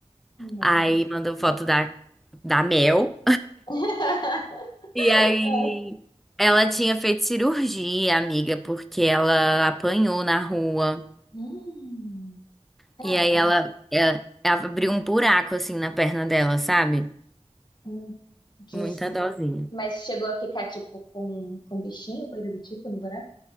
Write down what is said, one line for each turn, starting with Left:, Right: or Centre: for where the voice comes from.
Left: Uhum.
Centre: Aí mandou foto
Left: Não.
Centre: da, da Mel.
Left: <laughs>
Centre: E aí
Left: Ah,
Centre: ela tinha feito cirurgia, amiga, porque ela apanhou na rua.
Left: Hum, caraca,
Centre: E aí ela, ela, ela abriu um buraco assim na perna dela, sabe?
Left: hum, Jesus.
Centre: Muita dosinha.
Left: Mas chegou a ficar, tipo, com, com bichinho, coisa do tipo, no buraco?